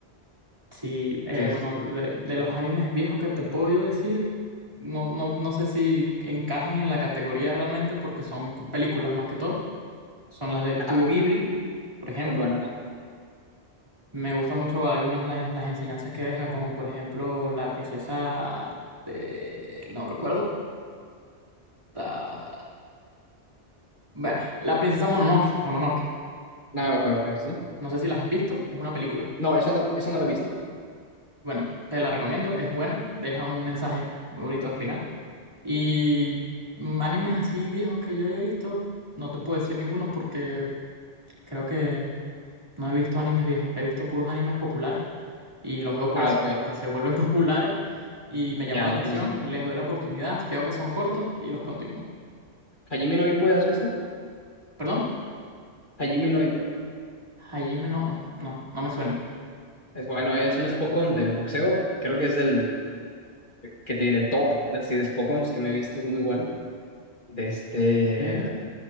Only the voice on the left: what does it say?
Entonces,
ajá,
son buenas.
Ah, ok, ok, sí.
No, esa no, esa no la he visto.
Ah,
ok, ajá.
Ya,
ya tiene sentido.
Hajime no Ippo, ¿ya has visto?
Hajime no Ippo.
Es bueno, es un Spokon de boxeo. Creo que es el que te diré top, así de Spokons que me he visto. Es muy bueno. De este.